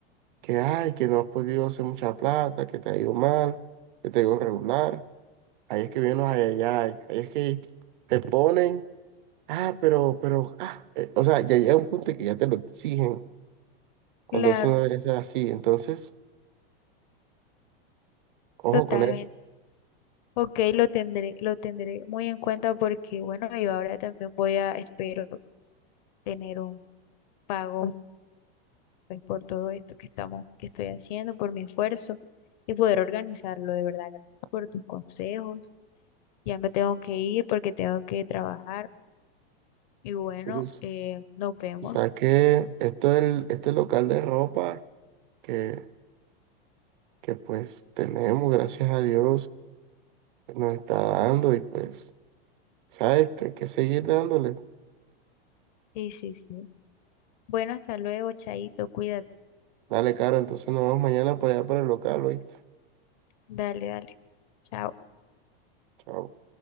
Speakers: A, on the right; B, on the left.
A: que ay, que no has podido hacer mucha plata, que te ha ido mal, que te ha ido regular. Ahí es que vienen los ayayay. Ahí es que te ponen, ah, pero, pero, ah. eh, o sea, ya llega un punto que ya te lo exigen cuando
B: claro,
A: eso no debe ser así. Entonces, ojo
B: totalmente.
A: con eso.
B: Ok, lo tendré, lo tendré muy en cuenta porque, bueno, yo ahora también voy a, espero tener un pago pues, por todo esto que estamos, que estoy haciendo, por mi esfuerzo y poder organizarlo, de verdad. Gracias por tus consejos. Ya me tengo que ir porque tengo que trabajar. Y bueno,
A: Cyrus.
B: eh, nos vemos.
A: Ya que esto del, este local de ropa que, que pues tenemos, gracias a Dios, nos está dando y pues, ¿sabes? Que hay que seguir dándole.
B: Sí, sí, sí. Bueno, hasta luego, Chaito, cuídate.
A: Dale, Caro, entonces nos vemos mañana para allá para el local, ¿oíste?
B: Dale, dale. Chao.
A: Chao.